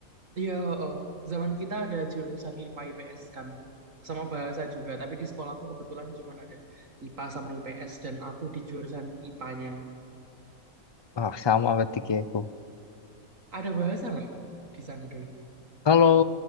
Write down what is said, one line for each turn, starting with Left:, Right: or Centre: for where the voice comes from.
Right: Iya, oh. Zaman kita ada jurusan IPA IPS kan. Sama bahasa juga, tapi di sekolahku kebetulan cuma ada IPA sama IPS dan aku di jurusan IPA-nya.
Left: Ah, sama berarti kayak aku.
Right: Ada bahasa nggak Kak, di sana dulu?
Left: Kalau